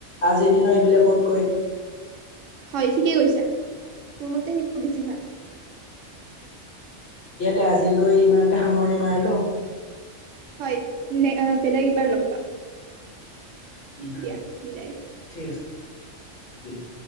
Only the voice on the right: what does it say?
হয় ঠিকেই কৈছা মোৰ মতে সেইবোৰ বেছি ভাল।
হয় বেলেগ এবাৰ লগ পাম।
দিয়া বিদায়